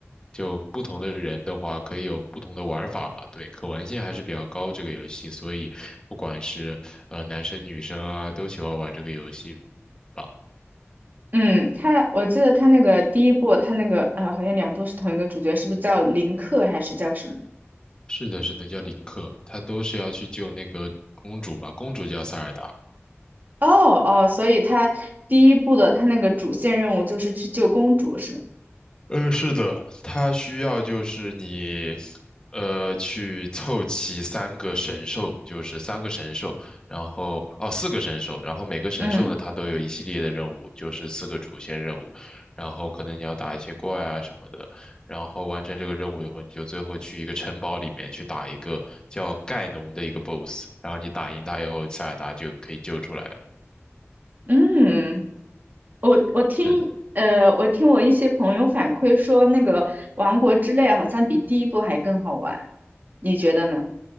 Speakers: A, on the left; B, on the right.
A: 就不同的人的话，可以有不同的玩法吧。对，可玩性还是比较高这个游戏，所以不管是呃男生女生啊，都喜欢玩这个游戏吧。
B: 嗯，它我记得它那个第一部，它那个呃好像两部是同一个主角，是不是叫林克还是叫什么？
A: 是的，是的，叫林克，他都是要去救那个公主嘛，公主叫塞尔达。
B: 哦哦，所以他第一部的他那个主线任务就是去救公主，是吗？
A: 嗯，是的，它需要就是你，呃，去凑齐三个神兽，就是三个神兽，然后哦，四个神兽，然后每个神兽呢，
B: 嗯
A: 它都有一系列的任务，就是四个主线任务，然后可能你要打一些怪啊什么的，然后完成这个任务以后，你就最后去一个城堡里面去打一个叫盖农的一个 BOSS，然后你打赢他以后，塞尔达就可以救出来。
B: 嗯，我我听呃，
A: 是的。
B: 我听我一些朋友反馈说，那个《王国之泪》好像比第一部还更好玩，你觉得呢？